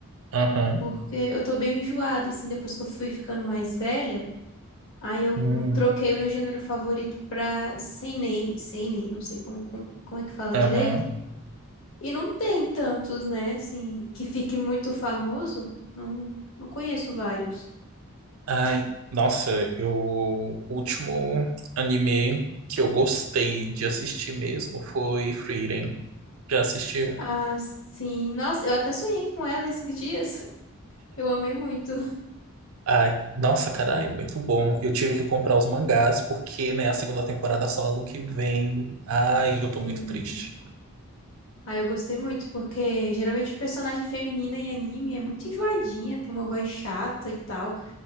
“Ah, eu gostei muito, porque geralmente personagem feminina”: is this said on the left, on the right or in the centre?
Left